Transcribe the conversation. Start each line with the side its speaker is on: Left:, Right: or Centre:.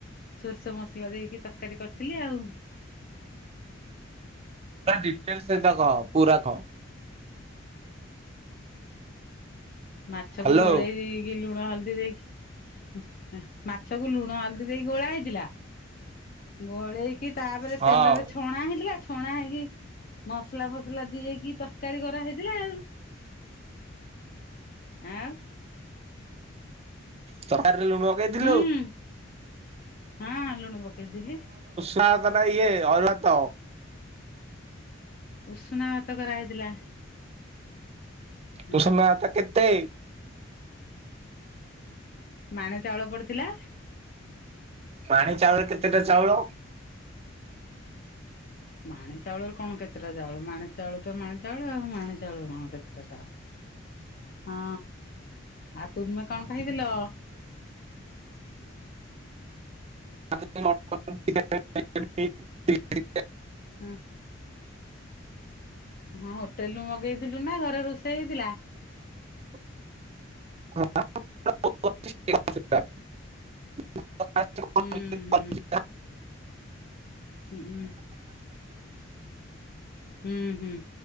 Left: ସୋରଷ ମସଲା ଦେଇକି ତରକାରୀ କରିଥିଲି ଆଉ।
Right: ପ ଡିଟେଲ ସେଟା କହ ପୁରା କହ।
Left: ମାଛକୁ
Right: ହ୍ୟାଲୋ
Left: ଗୋଳେଇ ଦେଇକି ଲୁଣ ହେଲା। ହଦ ଦେଇ ମାଛକୁ ଲୁଣ ହଳଦୀ ଦେଇି ଗୋଳା ହେଇଥିଲା। ଗୋଳେଇକି ତାପରେ
Right: ହଁ।
Left: ତେଲରେ ଛଣା ହେଇଥିଲା ଛଣା ହେଇକି ମସ ମସଲା ଫସଲା ଦିଏକି ତରକାରୀ କରାହେଇଥିଲା ଆଉ। ଆଉ?
Right: ତକାରରେ ଲୁଣ ପକେଇଥିଲୁ
Left: ହୁଁ
Right: ଆ?
Left: ହଁ ଲୁଣ ପକେଇଥିଲି।
Right: ନାଇ ଅ ୟେ ଅରୁଆ ଭାତ।
Left: ଉଷୁନା ଭାତ କରାହେଇଥିଲା। ହଁ
Right: ତ ସମୟ ତ କେତେ?
Left: ମାଣ ଚାଉଳ ପଡିଥିଲା।
Right: ପାଣି ଚାଉଳ କେତେଟା ଚାଉଳ?
Left: ମାଣି ଚାଉଳରେ କଣ କେତେଟା ଚାଉଳ ମାଣି ଚାଉଳ ତ ମାଣି ଚାଉଳ ଆଉ ମାଣି ଚାଉଳରେ କଣ କେତେଟା ଚାଉଳ?
Right: <inaudible>
Left: ହଁ ଆଉ ତୁମେ କଣ କହିଥିଲ?
Right: <inaudible> <unintelligible>
Left: ହଁ ହଁ ହୋଟେଲ ରୁ ମଗେଇଥିଲୁ ନା ଘରେ ରୋଷେଇ ହେଇଥିଲା।
Right: <unintelligible> <unintelligible>
Left: ହୁଁ ହୁଁ ହୁଁ ହୁଁ। ହୁଁ ହୁଁ।